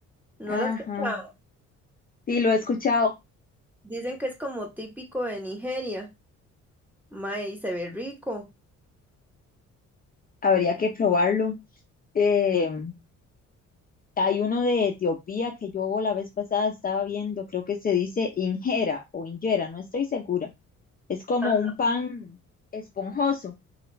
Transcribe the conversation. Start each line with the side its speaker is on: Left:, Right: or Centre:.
Centre: No
Left: Ajá,
Centre: lo he escuchado.
Left: sí, lo he escuchado,
Centre: Dicen que es como típico de Nigeria. Mae, y se ve rico.
Left: habría que probarlo. Em, Hay uno de Etiopía que yo la vez pasada estaba viendo, creo que se dice injera o injera, no estoy segura. Es como
Centre: Ah,
Left: un pan esponjoso.